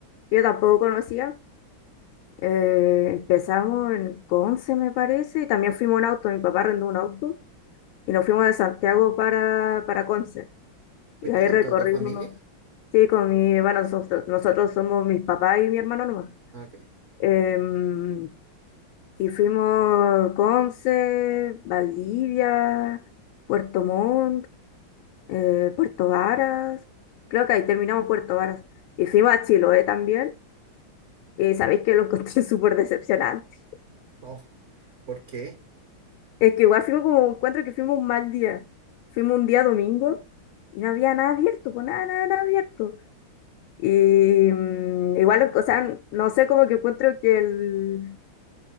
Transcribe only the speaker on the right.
¿Fuiste
con
toda tu familia?
Ah, Ok.
Oh, ¿por qué?